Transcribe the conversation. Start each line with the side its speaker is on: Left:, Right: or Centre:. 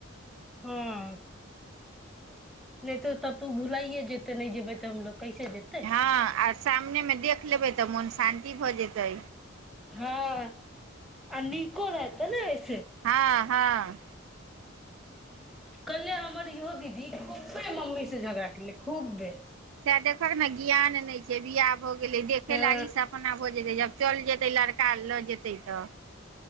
Centre: हुँ नहि तो तब तू भुलाइे जेते नहि जेबै ते हमलोग कैसे हेतैय
Right: हँ आ सामनेमे देख लेबै तऽ मन शान्ति भऽ जेतै
Centre: हँ आ निको रहतै न
Right: हँ हँ
Centre: कहलिये हमर इहो दीदी खुब्बे मम्मी से झगड़ा केलै खुब्बे
Right: से देखक ने ज्ञान नहि छै बियाह हो गेलै देखे
Centre: हँ
Right: लागी से अपना हो जेतै जब चल जेतै लड़का लऽ जेतै तऽ